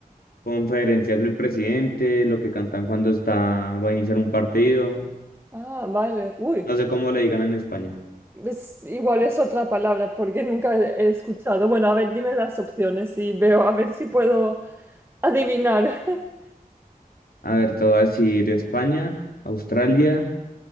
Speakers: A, on the left (about 85°); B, on the right (about 15°).
A: conferencias del presidente, lo que cantan cuando está, va a iniciar un partido.
B: Ah, vale. Uy.
A: No sé cómo le digan en España.
B: Es, igual es otra palabra porque nunca he escuchado. Bueno, a ver, dime las opciones y veo a ver si puedo adivinar. <laughs>
A: A ver, te voy a decir España, Australia,